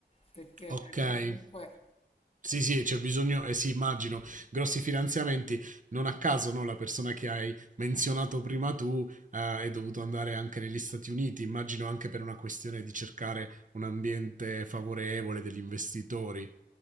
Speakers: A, on the left; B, on the right.
A: perché
B: Okay.
A: è comunque
B: Sì, sì, c'è bisogno eh sì, immagino, grossi finanziamenti. Non a caso, no, la persona che hai menzionato prima tu, ehm, è dovuto andare anche negli Stati Uniti, immagino anche per una questione di cercare un ambiente favorevole degli investitori.